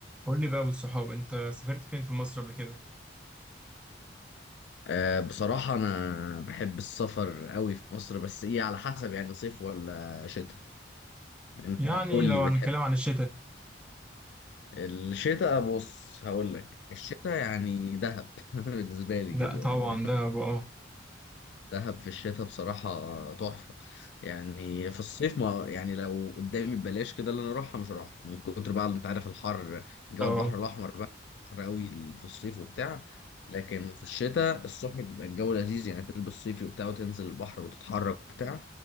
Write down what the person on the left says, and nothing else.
أه بصراحة أنا بحب السفر قوي في مصر بس إيه على حسب يعني صيف ولا شتاء أنت
قول لي
بتحب
الشتاء بص هقول لك الشتاء يعني دهب <laughs> بالنسبة لي كده
دهب في الشتاء بصراحة تحفة يعني في الصيف ما يعني لو قدامي ببلاش كده اللي انا اروحها مش هروحها من كتر بقى انت عارف الحر جو
البحر الاحمر بقى حر قوي في الصيف وبتاع لكن في الشتاء الصبح بيبقى الجو لذيذ يعني تلبس صيفي وبتاع وتنزل البحر وتتحرك وبتاع